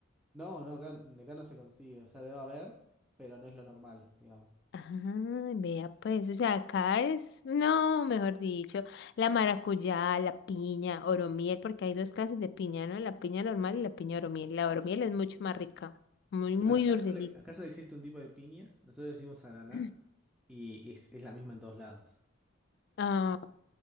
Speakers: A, in the centre; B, on the left.
A: No, no, acá, acá no se consigue, o sea, debe haber, pero no es lo normal, digamos.
B: Ah, vea pues, o sea, acá es, no, mejor dicho, la maracuyá, la piña, oromiel, porque hay dos clases de piña, ¿no? La piña normal y la piña oromiel. La oromiel es mucho más rica, muy,
A: Claro,
B: muy
A: acá
B: dulcecita.
A: solo, acá solo existe un tipo de piña, nosotros decimos ananá,
B: <clears throat>
A: y es, es la misma en todos lados.
B: Ah,